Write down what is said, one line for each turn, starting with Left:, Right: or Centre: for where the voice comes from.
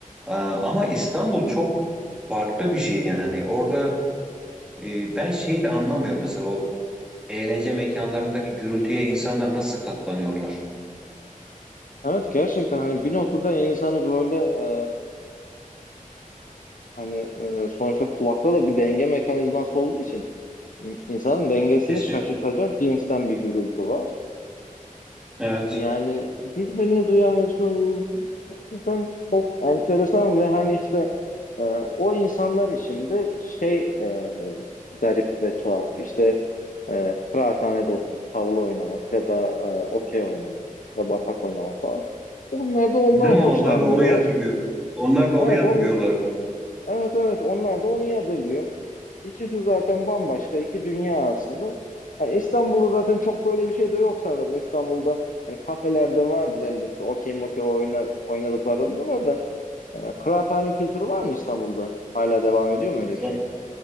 Centre: E, ama İstanbul çok farklı bir şey yani. Orada e, ben şeyi de anlamıyorum mesela o eğlence mekanlarındaki gürültüye insanlar nasıl katlanıyorlar?
Left: Evet gerçekten hani bir noktada insanı böyle e, hani e, sonuçta kulakla da bir denge mekanizması olduğu için in- insanın dengesini
Centre: Kesinlikle.
Left: şaşırtacak cinsten bir gürültü var.
Centre: Evet.
Left: Yani birbirini duyamıyorsunuz. Gerçekten çok enteresan ve hani işte e, o insanlar için de şey e, garip ve tuhaf. İşte E, kıraathanede oturup tavla oynamak ya da e, okey oynamak ya da batak oynamak falan. Onlar da ondan
Centre: Değil mi?
Left: hoşlanmıyorlar.
Centre: Onlar da onu yadırgıyor. Onlar da onu
Left: Evet,
Centre: yadırgıyorlardır.
Left: on, evet evet onlar da onu yadırgıyor. İkisi zaten bambaşka iki dünya aslında. Yani İstanbul'da zaten çok böyle bir şey de yok sanırım. İstanbul'da yani kafelerde vardır elbette. Okey mokey oyna, oynadıkları oluyorlar da. E, kıraathane kültürü var mı İstanbul'da? Hala devam ediyor mu öyle
Centre: Zan-
Left: bir şey?